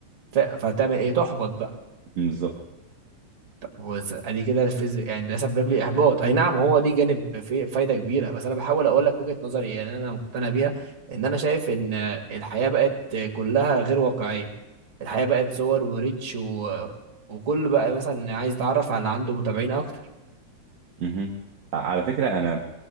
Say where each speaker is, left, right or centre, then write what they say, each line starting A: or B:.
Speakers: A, on the right (about 40°); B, on the right (about 65°).
A: ف- فهتعمل ايه؟ تحبط بقى
B: بالظبط
A: وز- ادي كده فيز- يعني ده سبب لي احباط اي نعم هو دي جانب في فايده كبيره بس انا بحاول اقول لك وجهه نظري يعني انا مقتنع بيها ان انا شايف ان الحياه بقت كلها غير واقعيه الحياة بقت صور وريتش و... وكل بقى مثلا عايز يتعرف على اللي عنده متابعين اكتر
B: مهم. على فكره انا